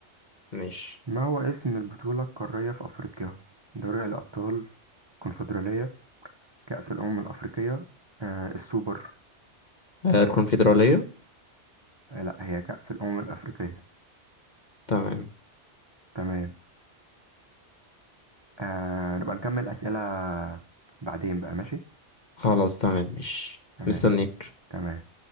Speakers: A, on the left; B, on the right.
A: ماشي
B: ما هو اسم البطولة القارية في أفريقيا دوري الأبطال الكونفدرالية كأس الأمم الأفريقية آه السوبر
A: آه الكونفدرالية
B: آه لا هي كأس الأمم الأفريقية
A: تمام
B: تمام آه نبقى نكمل أسئلة بعدين بقى ماشي
A: خلاص تمام ماشي
B: تمام
A: مستنيك
B: تمام